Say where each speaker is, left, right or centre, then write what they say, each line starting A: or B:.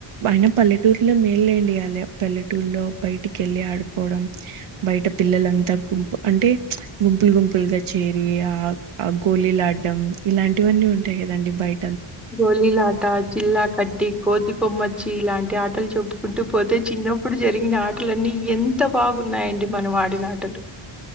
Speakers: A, on the right; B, in the centre.
A: ఆయన పల్లెటూర్లో మేలు లేండి పల్లెటూర్లో బయటికి ఏళ్ళి ఆడుకోవడం బయట పిల్లలంతా గుంపు అంటే గుంపులు గుంపులుగా చె రీ ఆ గోలీ లాడ్ డం ఇలాంటివన్నీ ఉంటాయి కదండి బయి
B: గోలీలాట చిల్లా కట్టి కోతి కొమ్మచ్చి ఇలాంటి ఆట్ టలు చెప్పుకుంటూ పోతే చిన్నప్పుడు జరిగిన ఆటలన్నీ ఎంత బాగున్నాయండి మనం ఆడిన ఆటలు